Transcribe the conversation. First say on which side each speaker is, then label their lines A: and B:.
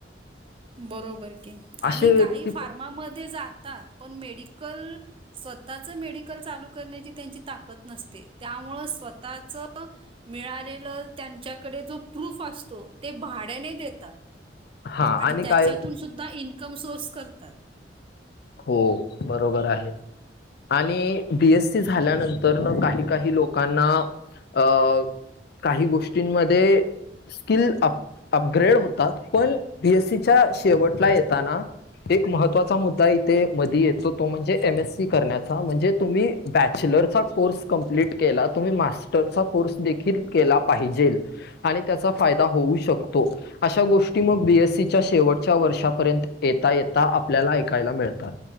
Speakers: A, on the right; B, on the left.
A: बरोबर की
B: असे
A: आणि
B: व्यक्ती
A: काही
B: पण-
A: फार्मामध्ये जातात पण मेडिकल स्वतःच मेडिकल चालू करण्याची त्यांची ताकद नसते त्यामुळ स्वतःच मिळालेलं त्यांच्याकडे जो प्रूफ असतो ते भाड्याने देतात.
B: हा
A: आणि त्याच्यातून
B: काय
A: सुद्धा इन्कम सोर्स करतात.
B: हो बरोबर आहे. आणि बीएस सी झाल्यानंतर न काही काही लोकांना अं काही गोष्टींमध्ये स्किल अप, अपग्रेड होतात, पण बीएससीच्या शेवटला येताना. एक महत्त्वाचा मुद्दा ते मध्ये येतो तो म्हणजे, एम एस सी करण्याचा. म्हणजे तुम्ही बॅचलरचा कोर्स कंप्लीट केला. तुम्ही मास्टरचा कोर्स देखील केला पाहिजेल. आणि त्याचा फायदा होऊ शकतो. अशा गोष्टी मग बीएससीच्या शेवटच्या वर्षापर्यंत येता येता आपल्याला ऐकायला मिळतात.